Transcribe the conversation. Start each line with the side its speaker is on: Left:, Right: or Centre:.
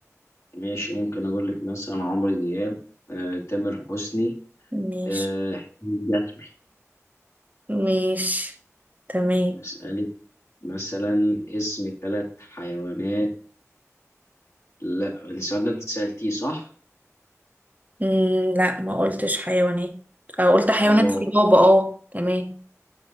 Left: ماشي ممكن أقول لك مثلا عمرو دياب آه، تامر حسني
Right: ماشي
Left: آه، حسين جسمي
Right: ماشي تمام
Left: أسألك مثلا اسم ثلاث حيوانات لا السؤال ده أنت سألتيه صح؟
Right: مم، لا ما قلتش حيوانات آه، قلت حيوانات
Left: خلاص
Right: في الغابة اه تمام